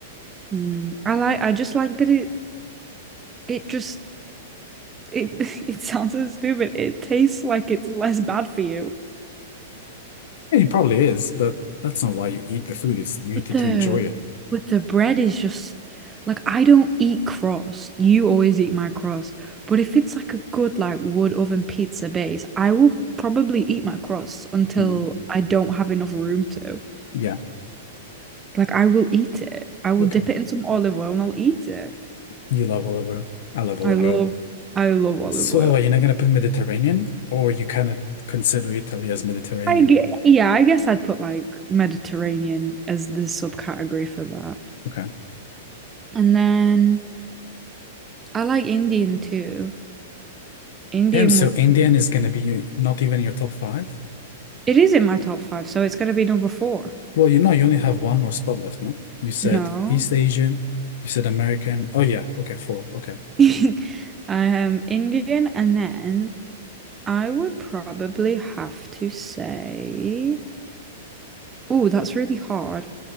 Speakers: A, on the right; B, on the left.
A: Hmm. I like I just like that it it just it <laughs> it sounds so stupid. It tastes like it's less bad for you.
B: And it probably is, but that's not why you eat the food. It's you
A: But
B: eat it
A: the
B: to enjoy it.
A: but the bread is just like I don't eat crust. You always eat my crust. But if it's like a good like wood oven pizza base, I will probably eat my crust until
B: Mm.
A: I don't have enough room to.
B: Yeah.
A: Like I will eat it. I will
B: Okay.
A: dip it in some olive oil and I'll eat it.
B: You love olive oil. I love olive
A: I love
B: oil.
A: I love olive
B: So
A: oil.
B: are you not gonna put Mediterranean or you kind of consider Italy as Mediterranean?
A: I ge- yeah, I guess I'd put like Mediterranean as the subcategory for that.
B: Okay.
A: And then I like Indian too. Indian
B: Damn, so
A: would
B: Indian is gonna be your- not even your top five?
A: It is in my top five, so it's gonna be number four.
B: Well, you know, you only have one more spot left, no? You said
A: No.
B: East Asian, you said American. Oh, yeah. Okay, four. Okay.
A: <laughs> Um, Indian, and then I would probably have to say, oh, that's really hard.